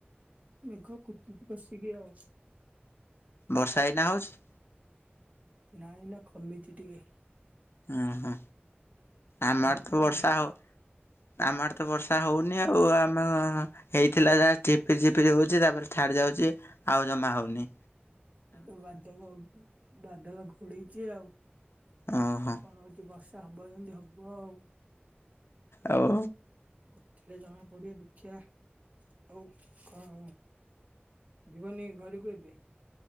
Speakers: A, on the right; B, on the left.
A: ମେଘ କୁଟୁଚି କସିକି ଆଉ।
B: ବର୍ଷା ଏଇନା ହଉଛି?
A: ନାଁ ଏଇନା କମିଚି ଟିକେ।
B: ଅଁ ହଁ ଆମର
A: କମିଛି
B: ତ
A: ବାଦ
B: ବର୍ଷା ହ ଆମ ଆଡ଼େ ତ ବର୍ଷା ହୋଉନି ଆଉ ଆମ ହେଇଥିଲା ଯାହା ଚିପିରି ଚିପିରି ହୋଉଚି ତାପରେ ଛାଡ଼ି ଯାଉଚି ଆଉ ଜମା ହୋଉନି।
A: କି ତୁ ବାଦଲ ବାଦଲ ଘୋଡ଼େଇଚି ଆଉ।
B: ଓହୋ
A: ଦେଖିବା କଣ ହଉଛି ବର୍ଷା ହବ ଯେମିତି ହବ ଆଉ
B: ଆଉ
A: ଉଠିଲେ ଜଣା ପଡିବ ଦେଖିବା ଆଉ କଣ ଯିବନି ଘରକୁ ଏବେ